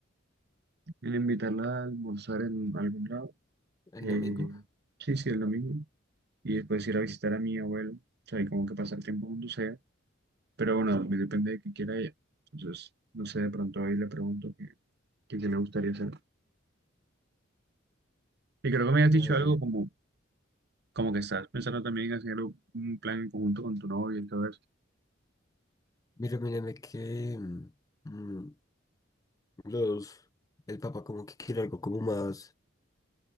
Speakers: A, on the right; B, on the left.
A: en invitarla a almorzar en algún lado.
B: el
A: Eh,
B: domingo.
A: sí, sí, el domingo. y después ir a visitar a mi abuelo, o sea, y como que pasar tiempo juntos allá. Pero bueno, también depende de qué quiera ella. Entonces, no sé, de pronto ahí le pregunto qué, qué, qué le gustaría hacer. Y creo que me has dicho
B: bueno.
A: algo como, como que estás pensando también en hacer un plan en conjunto con tu novia y todo eso.
B: Mira, mírame que mm, mm, los el papá como que quiere algo como más.